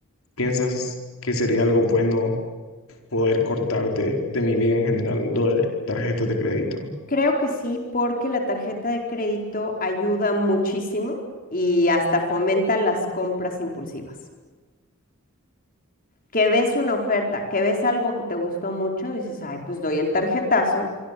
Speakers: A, on the left; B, on the left.
A: ¿Piensas que sería algo bueno? poder cortarte de mi vida en general lo de tarjetas de crédito.
B: Creo que sí, porque la tarjeta de crédito ayuda muchísimo y hasta fomenta las compras impulsivas. que ves una oferta, que ves algo que te gustó mucho, dices, ay, pues doy el tarjetazo,